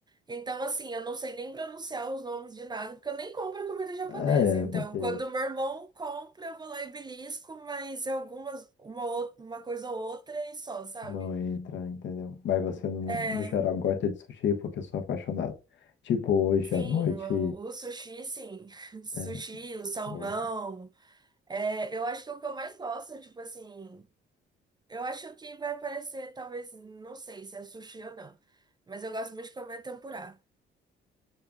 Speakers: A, on the right (about 20°); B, on the left (about 65°).
A: Então, assim, eu não sei nem pronunciar os nomes de nada, porque eu nem compro comida japonesa.
B: É,
A: Então,
B: porque
A: quando meu irmão compra, eu vou lá e belisco, mas é algumas, uma, ou- uma coisa ou outra e só, sabe?
B: não entra, entendeu? Mas você, no,
A: É,
B: no geral, gosta de sushi porque eu sou apaixonado. Tipo, hoje
A: sim,
B: à noite.
A: o, o sushi, sim. <laughs> Sushi,
B: É,
A: o salmão.
B: o,
A: É, eu acho que o que eu mais gosto, tipo assim. Eu acho que vai aparecer, talvez, não sei se é sushi ou não, mas eu gosto muito de comer tempurá.